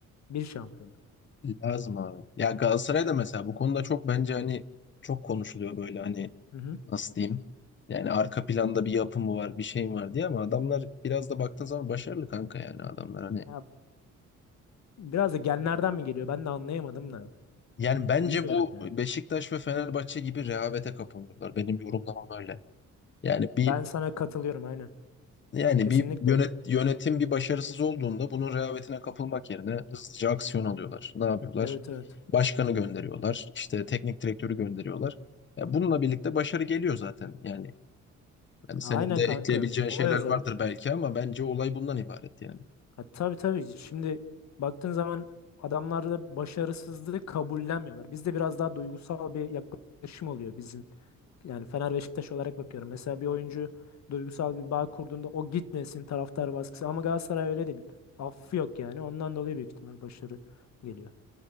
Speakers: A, on the left; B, on the left.
A: Bir şampiyon.
B: Lazım abi. Ya Galatasaray'da mesela bu konuda çok bence hani çok konuşuluyor böyle hani
A: Hı hı.
B: nasıl diyeyim? Yani arka planda bir yapı mı var, bir şey mi var diye ama adamlar biraz da baktığın zaman başarılı kanka yani adamlar hani.
A: Ya biraz da genlerden mi geliyor? Ben de anlayamadım da.
B: Yani bence
A: Bilmiyorum
B: bu
A: ya.
B: Beşiktaş ve Fenerbahçe gibi rehavete kapılıyorlar. Benim yorumlamam öyle. Yani bir
A: Ben sana katılıyorum aynen.
B: Yani
A: Kesinlikle.
B: bir yönet, yönetim bir başarısız olduğunda bunun rehavetine kapılmak yerine hızlıca aksiyon alıyorlar. Ne yapıyorlar?
A: Evet evet.
B: Başkanı gönderiyorlar, işte teknik direktörü gönderiyorlar. Ya bununla birlikte başarı geliyor zaten. Yani, yani senin
A: Aynen
B: de
A: kanka.
B: ekleyebileceğin
A: Olay
B: şeyler
A: o zaten.
B: vardır belki ama bence olay bundan ibaret yani.
A: Ha, tabii tabii. Şimdi baktığın zaman adamlar da başarısızlığı kabullenmiyorlar. Bizde biraz daha duygusal bir yaklaşım oluyor bizim. Yani Fener Beşiktaş olarak bakıyorum. Mesela bir oyuncu duygusal bir bağ kurduğunda o gitmesin taraftar baskısı. Ama Galatasaray öyle değil. Affı yok yani. Ondan dolayı büyük ihtimal başarı geliyor.